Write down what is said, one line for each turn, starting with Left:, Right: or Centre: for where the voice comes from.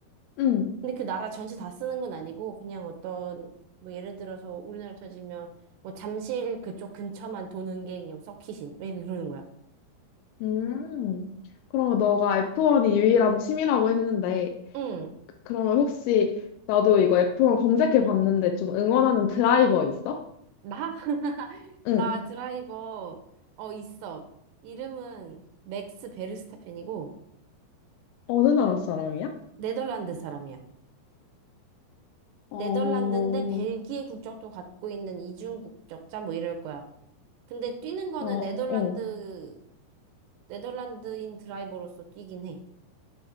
Left: 응.
Right: 근데 그 나라 전체 다 쓰는 건 아니고 그냥 어떤 뭐 예를 들어서 우리나라 쳐지면 뭐 잠실 그쪽 근처만 도는 게 그냥 서킷인 왜 그러는 거야?
Left: 음. 그러면 너가 F1이 유일한 취미라고 했는데
Right: 응.
Left: 그러면 혹시 나도 이거 F1 검색해 봤는데 좀 응원하는 드라이버 있어?
Right: 나? <laughs>
Left: 응.
Right: 나 드라이버 어 있어. 이름은 맥스 베르스타펜이고
Left: 어느 나라 사람이야?
Right: 네덜란드 사람이야.
Left: 어,
Right: 네덜란드인데
Left: 어,
Right: 벨기에 국적도 갖고 있는 이중 국적자 뭐 이럴 거야. 근데 뛰는 거는
Left: 어,
Right: 네덜란드
Left: 어.
Right: 네덜란드인 드라이버로서 뛰긴 해.